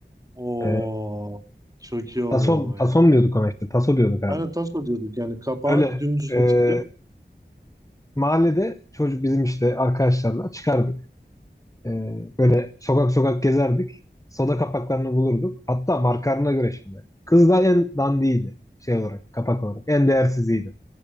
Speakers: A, on the right; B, on the left.
A: Oo,
B: Ee,
A: çok iyi oluyordu
B: taso,
A: o ya.
B: tason diyorduk ona işte. Taso diyorduk herhalde.
A: Aynen taso diyorduk yani kapağı
B: Öyle.
A: dümdüzleştirip
B: e, mahallede çocuk bizim işte arkadaşlarla çıkar. Ee, böyle sokak sokak gezerdik. Soda kapaklarını bulurduk. Hatta markalarına göre şimdi. Kız da en dandiydi şey olarak, kapak olarak. En değersiziydi.